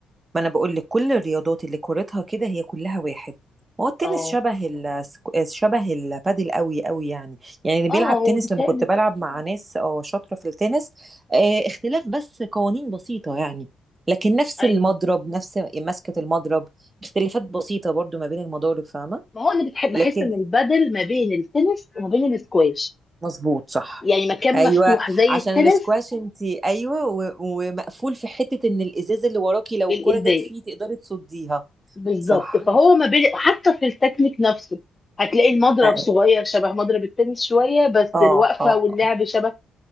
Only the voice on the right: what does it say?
ما انا بقول لك كل الرياضات اللي كورتها كده هي كلها واحد ما هو التنس
شبه ال شبه البادل قوي قوي يعني يعني اللي بيلعب
تنس
لما كنت بلعب مع ناس اه شاطره في التنس آه اختلاف بس قوانين بسيطه يعني لكن نفس
المضرب نفس مسكه المضرب اختلافات بسيطه برضو ما بين المضارب فاهمه
لكن
مظبوط صح
ايوه
عشان
الاسكواش انت ايوه و- ومقفول في حته ان الازاز اللي وراكي لو
الكره جت فيه تقدري تصديها
صح
أيوة.
اه
اه
اه